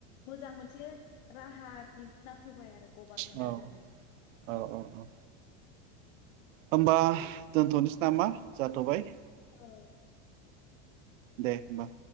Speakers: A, on the left; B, on the right.
A: मोजां मोनसे राहा दिहुनना होबाय आरो गभारनमेन्टआ
B: औ
A: जोंनि
B: औ औ होमबा दोनथ'नोसै नामा जाथ'बाय।
A: औ
B: दे होमबा।